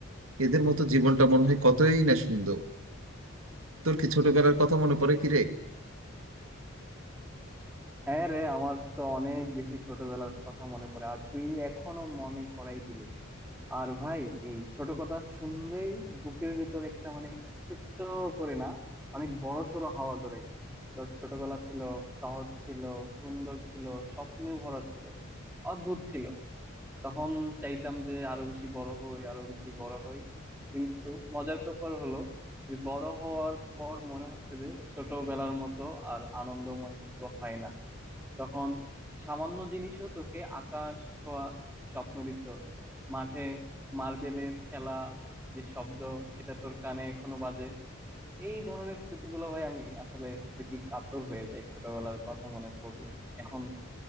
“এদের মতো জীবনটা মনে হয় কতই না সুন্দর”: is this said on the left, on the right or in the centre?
Right